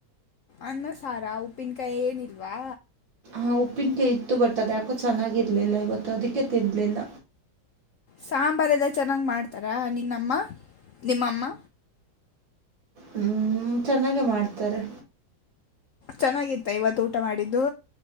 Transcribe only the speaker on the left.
ಅನ್ನ ಸಾರಾ ಉಪ್ಪಿನಕಾಯಿ ಏನಿಲ್ವಾ
ಸಾಂಬಾರ್ ಎಲ್ಲ ಚೆನ್ನಾಗ್ ಮಾಡ್ತಾರಾ ನಿನ್ನಮ್ಮ ನಿಮ್ಮಮ್ಮ
ಚೆನ್ನಾಗಿತ್ತ ಇವತ್ತು ಊಟ ಮಾಡಿದ್ದು